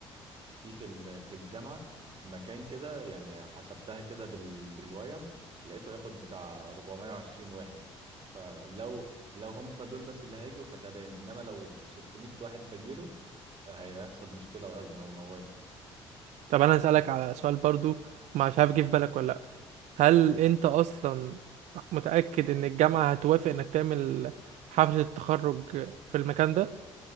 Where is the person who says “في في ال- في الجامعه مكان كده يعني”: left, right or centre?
Right